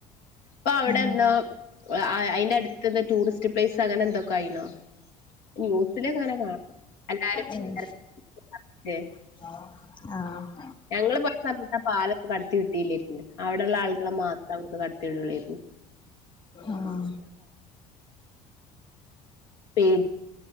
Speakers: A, on the left; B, on the left.
A: പ്പൊ അവിടെന്നോ
B: ഉം
A: അഅയ്ന്റെ അടുത്ത്ന്ന് ടൂറിസ്റ്റ് പ്ലേസ് അങ്ങനെ എന്തൊക്കെ ആയിന്നോ? ന്യൂസിലിങ്ങനെ കാണ എല്ലാരും <unintelligible>
B: ഏഹ് ആഹ്
A: ഞങ്ങള് പോയ സമയത്ത് ആ പാലൊന്നും കടത്തി വിട്ടീല്ലെർന്ന് അവിടെള്ള ആളുകളെ മാത്രം അങ്ങാട്ട് കടത്തിവിടൊള്ളേരുന്നു.
B: ആഹ്
A: പേടി